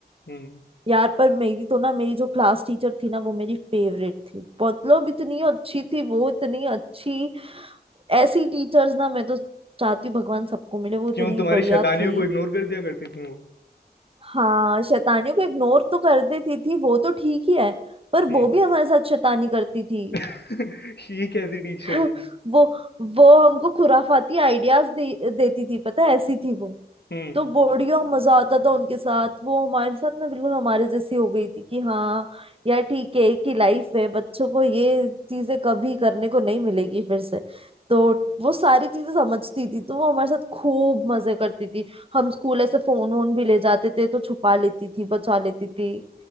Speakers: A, on the left; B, on the right.
A: हम्म
B: यार पर मेरी तो ना मेरी जो क्लास टीचर थी ना वो मेरी फेवरेट थी मतलब इतनी अच्छी थी वो इतनी अच्छी ऐसी टीचर्स ना मैं तो चाहती हूँ भगवान सबको मिले वो इतनी
A: क्यों तुम्हारी
B: बढ़िया
A: शैतानियों
B: थी
A: को इग्नोर कर दिया करती थी वो
B: हाँ शैतानियों को इग्नोर तो कर देती थी वो तो ठीक ही है पर
A: हम्म
B: वो भी हमारे साथ शैतानी करती थी
A: <laughs> ये कैसी टीचर
B: <laughs>
A: है
B: वो वो हमको खुराफाती आइडियाज दे, देती थी पता है ऐसी थी वो
A: हम्म
B: तो बढ़िया मजा आता था उनके साथ वो हमारे साथ ना बिल्कुल हमारे जैसी हो गई थी कि हाँ यार ठीक है एक ही लाइफ है बच्चों को ये चीजें कभी करने को नहीं मिलेगी फिर से तो वो सारी चीजें समझती थी तो वो हमारे साथ खूब मजे करती थी हम स्कूल ऐसे फोन वोन भी ले जाते थे तो छुपा लेती थी बचा लेती थी